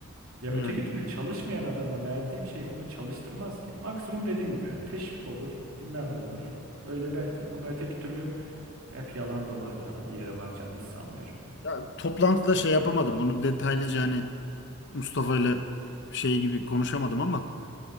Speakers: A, on the right; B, on the left.
A: Ya
B: yani.
A: öteki türlü çalışmayan adama verdiğim şey onu çalıştırmaz ki. Maksimum dediğim gibi yani teşvik olur bilmem ne olur. Öyle belki ama öteki türlü hep yalan dolan ya bir yere varacağını hiç sanmıyorum.
B: Ya, toplantıda şey yapamadım. Bunu detaylıca hani Mustafa ile şey gibi konuşamadım ama